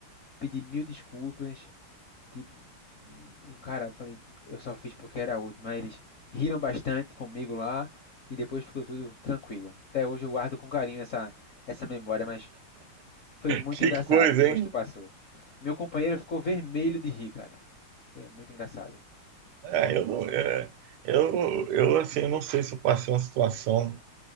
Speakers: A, on the left; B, on the right.
A: pedi mil desculpas, tipo, cara, eu falei, eu só fiz porque era útil, mas eles riram bastante comigo lá e depois ficou tudo tranquilo. Até hoje eu guardo com carinho essa, essa memória, mas foi muito
B: Que
A: engraçado
B: coisa,
A: depois
B: hein?
A: que passou. Meu companheiro ficou vermelho de rir, cara. Foi muito engraçado.
B: É, eu não, é, eu, eu assim, não sei se eu passei uma situação